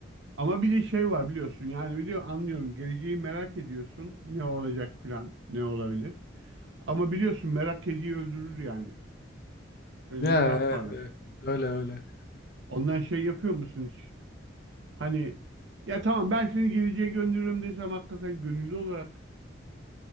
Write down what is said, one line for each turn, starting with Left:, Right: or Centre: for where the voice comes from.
Right: Ama bir de şey var biliyorsun yani biliyor anlıyorum geleceği merak ediyorsun ne olacak filan ne olabilir. Ama biliyorsun merak kediyi öldürür yani. Öyle
Left: Ya
Right: bir laf
Left: evet,
Right: vardır.
Left: evet. Öyle öyle.
Right: Ondan şey yapıyor musun hiç? Hani ya tamam ben seni geleceğe gönderiyorum desem hakikaten gönüllü olarak